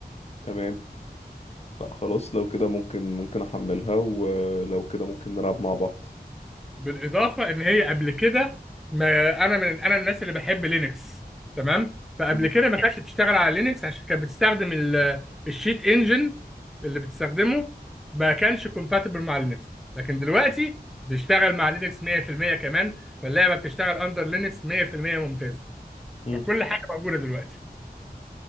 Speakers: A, on the left; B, in the centre.
A: تمام لا خلاص لو كده ممكن ممكن احملها ولو كده ممكن نلعب مع بعض
B: بالاضافه ان هي قبل كده ما انا من انا الناس اللي بحب لينكس تمام فقبل
A: امم
B: كده ما كانتش بتشتغل على لينكس عشان كانت بتستخدم ال- الشيت انجن اللي بتستخدمه ما كانش كومباتبل مع لينكس لكن دلوقتي بيشتغل مع لينكس 100% كمان فاللعبه بتشتغل اندر لينكس 100% ممتازه
A: امم
B: فكل حاجه موجوده دلوقتي